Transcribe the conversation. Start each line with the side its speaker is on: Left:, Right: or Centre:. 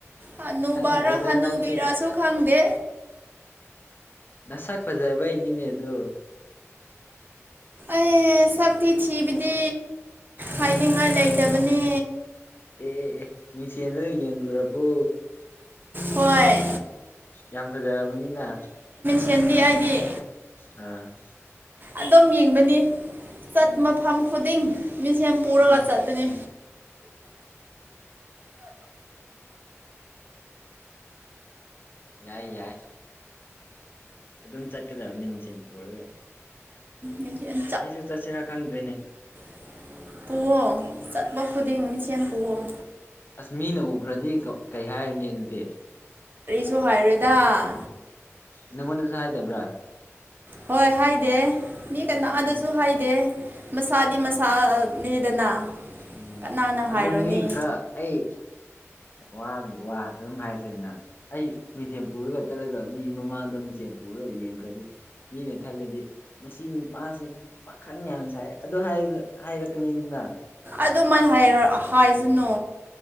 Right: ꯍꯅꯨꯕꯔ
Left: ꯈꯪꯗ꯭ꯔꯦꯗ
Right: ꯍꯅꯨꯕꯤꯔꯁꯨ
Left: ꯅꯪꯁꯦ
Right: ꯈꯪꯗꯦ
Left: ꯅꯁꯛ ꯐꯖꯕꯩꯅꯤꯅꯦ ꯑꯗꯨ
Right: ꯑꯦ ꯁꯛꯇꯤ ꯊꯤꯕꯗꯤ ꯍꯥꯏꯅꯤꯡꯉꯥꯏ ꯂꯩꯇꯕꯅꯤ
Left: ꯑꯦ ꯑꯦ ꯃꯤꯁꯤꯅ ꯂꯩ ꯌꯦꯡꯔꯕꯕꯣ
Right: ꯍꯣꯏ
Left: ꯌꯥꯝ ꯐꯖꯔꯕꯅꯤꯅ
Right: ꯁꯦꯟꯗꯤ ꯑꯩꯗꯤ
Left: ꯑ
Right: ꯑꯗꯨꯝ ꯌꯦꯡꯕꯅꯤ ꯆꯠ
Left: ꯎꯝ
Right: ꯃꯐꯝ ꯈꯨꯗꯤꯡ ꯃꯤꯁꯦ ꯌꯥꯝ ꯄꯨꯔꯒ
Left: ꯎꯝ
Right: ꯆꯠꯇꯅꯤ
Left: ꯌꯥꯏ ꯌꯥꯏ ꯑꯗꯨꯝ ꯆꯠꯀꯗꯕꯅꯤꯃꯤꯁ ꯌꯦꯝ ꯄꯨꯒ
Right: ꯃꯤꯡꯁꯦꯟ
Left: ꯑꯩꯁꯨ ꯆꯠꯁꯤꯔ ꯈꯪꯗꯦꯅꯦ
Right: ꯄ ꯄꯨꯋꯥꯋꯥꯣ ꯆꯠꯄ ꯈꯨꯗꯤꯡ ꯃꯤꯆꯦꯝ ꯄ ꯄꯨꯋꯥꯋꯥ
Left: ꯑꯁ ꯃꯤꯅ ꯎꯈ꯭ꯔꯗꯤ ꯀꯩ ꯍꯥꯏꯔꯤꯅꯤ ꯑꯗꯨꯗꯤ
Right: ꯨ ꯍꯥꯏꯔꯗ
Left: ꯅꯪ ꯃꯟꯁ ꯍꯥꯏꯥꯏꯗꯕ꯭ꯔꯥ
Right: ꯍꯣꯏ ꯍꯥꯏꯗꯦ ꯃꯤ ꯀꯅꯥꯑꯗꯁꯨ
Left: ꯎꯝ
Right: ꯍꯥꯏꯗꯦ ꯃꯁꯥꯗꯤ ꯃꯁꯥꯅꯤꯗꯅ
Left: ꯑꯣ
Right: ꯀꯅꯥꯅ ꯍꯥꯏꯔꯣꯅꯤ
Left: ꯑꯗꯣ ꯃꯤ ꯈꯔ ꯑꯩ ꯋꯥꯒꯤ ꯋꯥ ꯑꯗꯨꯝ ꯍꯥꯏꯔꯤꯁꯤꯗꯅ ꯑꯩ ꯃꯤꯡꯊꯦꯝ ꯄꯨꯔꯒ ꯆꯠꯂꯒ ꯃꯤ ꯃꯃꯥꯡꯗ ꯃꯤꯁꯦ ꯄꯒꯦꯗꯤ ꯌꯦꯡ ꯀꯗꯤ ꯃꯤꯅ ꯈꯜꯂꯗꯤ ꯃꯁꯤ ꯅꯨꯄꯥꯁꯦ ꯄꯥꯈꯪ ꯌꯥꯝ ꯁꯥꯏ ꯑꯗꯨ ꯍꯥꯏꯔꯛꯀꯅꯤꯗꯅ
Right: ꯑꯗꯨꯃꯥꯏ ꯍꯥꯏꯔ ꯍꯥꯏꯁꯅꯨ